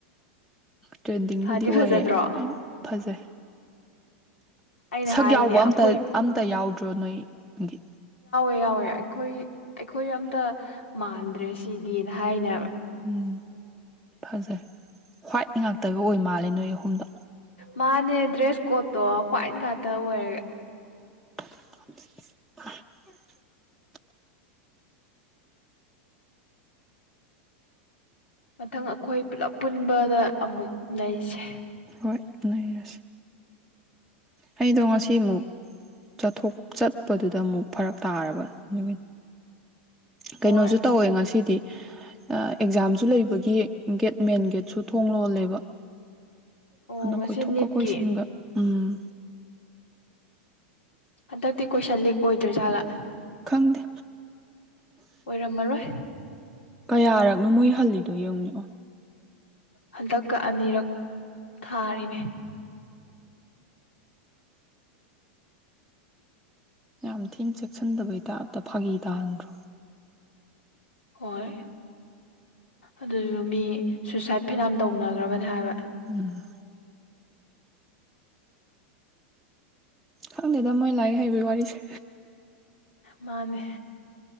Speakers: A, in the centre; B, on the left (about 85°).
A: ꯇ꯭ꯔꯦꯟꯗꯤꯡꯕꯨꯗꯤ
B: ꯐꯗꯤ
A: ꯑꯣꯏꯔꯦ
B: ꯐꯖꯗ꯭ꯔꯣ
A: ꯑꯩꯅ ꯐꯖꯩ
B: ꯑꯩꯅ
A: ꯁꯛ
B: ꯍꯥꯏꯔꯤꯅꯦ
A: ꯌꯥꯎꯕ
B: ꯑꯩꯈꯣꯏ
A: ꯑꯝꯇ ꯑꯝꯇ ꯌꯥꯎꯗ꯭ꯔꯣ ꯅꯣꯏꯒꯤ
B: ꯌꯥꯎꯋꯦ ꯑꯩꯈꯣꯏ ꯑꯩꯈꯣꯏ ꯑꯝꯇ ꯃꯥꯟꯗ꯭ꯔꯦ ꯁꯤꯗꯤꯅ ꯍꯥꯏꯅꯦꯕ
A: ꯎꯝ ꯐꯖꯩ ꯍ꯭ꯋꯥꯏꯠ ꯉꯥꯛꯇꯒ ꯑꯣꯏ ꯃꯥꯜꯂꯦ ꯅꯣꯏ ꯑꯍꯨꯝꯗ
B: ꯃꯥꯅꯦ ꯗ꯭ꯔꯦꯁ ꯀꯣꯠꯇꯣ ꯍ꯭ꯋꯥꯏꯠ ꯉꯥꯛꯇ ꯑꯣꯏꯔꯒꯦ
A: <inaudible>
B: ꯃꯊꯪ ꯑꯩꯈꯣꯏ ꯄꯨꯂꯞ ꯄꯨꯟꯕꯗ ꯑꯃꯨꯛ ꯅꯁꯦ
A: ꯍꯣꯏ ꯂꯩꯔꯁꯤ ꯑꯩꯗꯣ ꯉꯁꯤ ꯑꯃꯨꯛ ꯆꯊꯣꯛ ꯆꯠꯄꯗꯨꯗ ꯑꯃꯨꯛ ꯐꯔꯛ ꯇꯥꯔꯕ ꯅꯨꯃꯤꯠ ꯀꯩꯅꯣꯁꯨ
B: ꯍꯣꯏ
A: ꯇꯧꯋꯦ ꯉꯁꯤꯗꯤ ꯑꯦꯛꯖꯥꯝꯁꯨ ꯂꯩꯕꯒꯤ ꯒꯦꯠ ꯃꯦꯟ ꯒꯦꯠꯁꯨ ꯊꯣꯡ ꯂꯣꯜꯂꯦꯕ
B: ꯑꯣ
A: ꯑꯗꯨꯅ
B: ꯉꯁꯤ
A: ꯀꯣꯏꯊꯣꯛꯀ
B: ꯅꯤꯠꯀꯤ
A: ꯀꯣꯏꯁꯤꯟꯒ ꯎꯝ
B: ꯍꯟꯗꯛꯇꯤ ꯀꯣꯏꯁꯟ ꯂꯤꯛ ꯑꯣꯏꯗ꯭ꯔꯣꯏꯖꯥꯠꯂꯥ
A: ꯈꯪꯗꯦ
B: ꯑꯣꯏꯔꯝꯃꯔꯣꯏ
A: ꯀꯌꯥꯔꯛꯅꯣ ꯃꯣꯏ ꯍꯜꯂꯤꯗꯨꯣ ꯌꯦꯡꯅꯤꯡꯛꯑꯣ
B: ꯍꯟꯗꯛꯀ ꯑꯅꯤꯔꯛ ꯊꯥꯔꯅꯦ
A: ꯌꯥꯝꯌꯥꯝ ꯊꯤꯅ ꯆꯦꯛꯁꯤꯟꯗꯕꯩꯇꯥ ꯑꯇ ꯐꯥꯒꯤ ꯇꯥꯍꯟꯗ꯭ꯔꯣ
B: ꯍꯣꯏ ꯑꯗꯨꯁꯨ ꯃꯤ ꯁꯨꯏꯁꯥꯏꯠ ꯐꯤꯅꯥꯝ ꯇꯧꯅꯈ꯭ꯔꯕꯅꯤ ꯍꯥꯏꯕ
A: ꯎꯝ ꯍꯪ ꯗꯦꯗ ꯃꯣꯏ ꯂꯥꯏ ꯍꯕꯤ ꯋꯥꯔꯤꯁ
B: ꯃꯥꯅꯦ